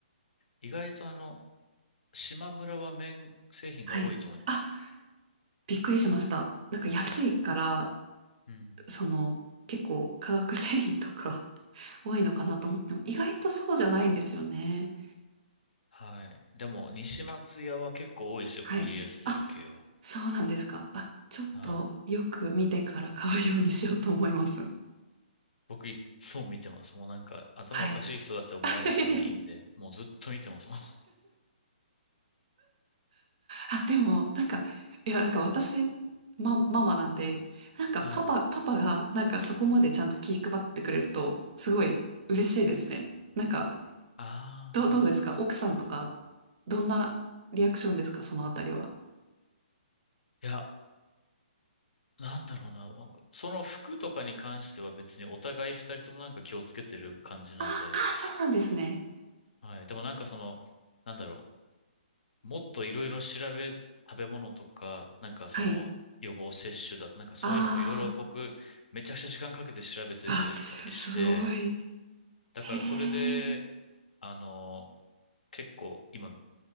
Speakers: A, on the left (about 75°); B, on the right (about 50°).
A: 意外とあの、島村は麺製品が多いと思います。
B: はい。あ、びっくりしました。なんか安いから、
A: うん。
B: その、結構化学繊維とか <laughs> 多いのかなと思っても、意外とそうじゃないんですよね。
A: はい。でも、西松屋は結構多いですよ。
B: はい。
A: ポリエステル系は。
B: あ、そうなんですか。あ、ちょっとよく見てから買うようにしようと思います。
A: はい。僕いっつも見てます。もうなんか、頭おかしい人だって思われてもいいんで、
B: はい。<laughs>
A: もうずっと見てますもん。
B: あ、でも、なんか、いや、なんか私、ま、ママなんで、なんかパパ、
A: <laughs> はい。
B: パパが、なんかそこまでちゃんと気配ってくれると、すごい嬉しいですね。なんか、
A: ああ、
B: どう、どうですか奥さんとか、
A: そっか。
B: どんなリアクションですかそのあたりは。
A: いや、なんだろうな。なんかその服とかに関しては別にお互い二人ともなんか気をつけてる感じなんで。
B: あ、あ、そうなんですね。
A: はい。でもなんかその、なんだろう。もっといろいろ調べ、食べ物とか、なんかその予防接種だ、
B: はい。
A: なんかそういうのもいろいろ僕めちゃくちゃ時間かけて調べてたりして、
B: ああ、あ、す、すごい。
A: だからそれで、
B: へえ。
A: あの、結構今